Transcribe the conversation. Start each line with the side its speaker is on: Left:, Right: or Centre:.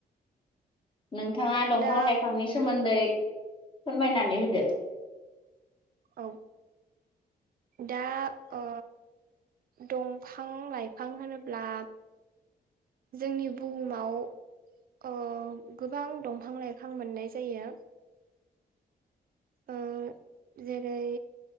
Left: नोंथाङा दंफां
Right: दा
Left: लाइफांनि सोमोन्दै फोरमायनानै होदो
Right: औ दा ओ दंफां लाइफां होनोब्ला जोंनि बुहुमाव ओ गोबां दंफां लाइफां मोननाय जायो।
Left: <inaudible>
Right: ओ जेरै